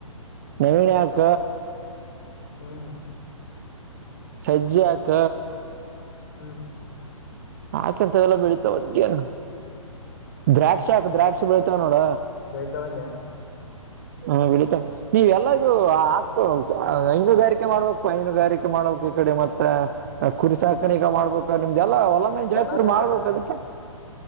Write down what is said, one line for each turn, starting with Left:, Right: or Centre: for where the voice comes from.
Right: ನವಿಣೆ ಹಾಕ.
Left: ಹ್ಮ್
Right: ಸಜ್ಜೆ ಹಾಕ
Left: ಹ್ಮ್
Right: ಹಾಕಿರ್ತವೆಲ್ಲ ಬೆಳಿತಾವ್ ಅದ್ಕೇನು ದ್ರಾಕ್ಷ ಹಾಕು ದ್ರಾಕ್ಷ ಬೆಳಿತಾವ್ ನೋಡ.
Left: ಬೆಳ್ತ ಬಂದ್ಯ
Right: ಹ ಬೆಳೀತಾ ನೀವ್ ಎಲ್ಲಾ ಇದು ಹಾಕೋಬೇಕು ಐನುಗಾರಿಕೆ ಮಾಡ್ಬೇಕು ಐನುಗಾರಿಕೆ ಮಾಡ್ಬೇಕ್ ಈ ಕಡೆ ಮತ್ತೆ ಕುರಿ ಸಾಕಾಣಿಕೆ ಮಾಡ್ಬೇಕು ನಿಮ್ದೆಲ್ಲಾ ಆಮೇಲ್
Left: ಜನ
Right: ಜಾಸ್ತಿ
Left: ಬೇಕಲ್ಲ
Right: ಮಾಡ್ಬೇಕು ಅದುಕ್ಕೆ